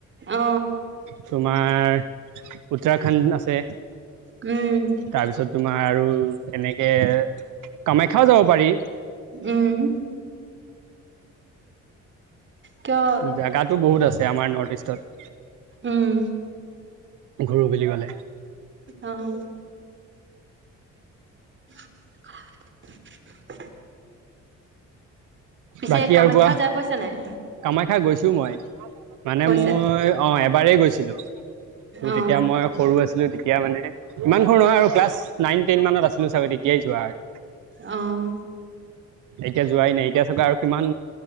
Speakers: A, on the right; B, on the right.
A: অ।
B: তোমাৰ উত্তৰাখণ্ড আছে।
A: উম।
B: তাৰপিছত তোমাৰ আৰু এনেকে কামাখ্যাও যাব পাৰি।
A: উম। কিয়
B: জোগাতো বহুত আছে আমাৰ নৰ্থ ইষ্টত।
A: উম।
B: ঘুৰো বুলি কলে।
A: অ। <inaudible> <unintelligible> পিছে
B: বাকী
A: কামাখ্যা
B: আৰু কোৱা
A: যাই পাইছা নাই?
B: কামাখ্যা গৈছো মই মানে
A: গৈছা
B: মোৰ অ এবাৰেই গৈছিলো। ত
A: অ
B: তেতিয়া মই সৰু আছিলো তেতিয়া মানে ইমান নহয় আৰু ক্লাছ নাইন টেন মানত আছিলো চাগৈ তেতিয়াই যোৱা আৰু।
A: অহ।
B: এতিয়া যোৱাই নাই এতিয়া চাগৈ আৰু কিমান